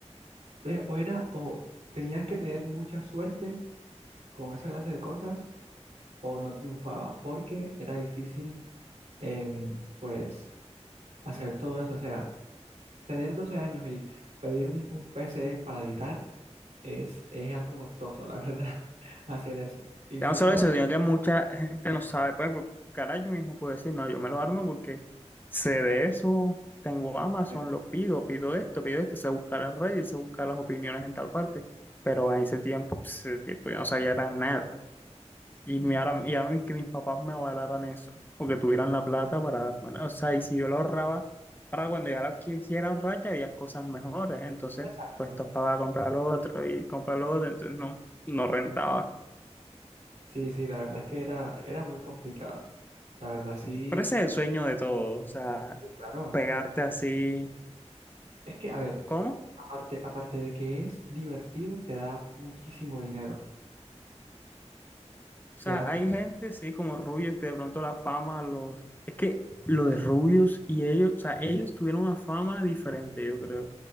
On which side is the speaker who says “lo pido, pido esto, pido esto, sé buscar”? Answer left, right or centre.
Left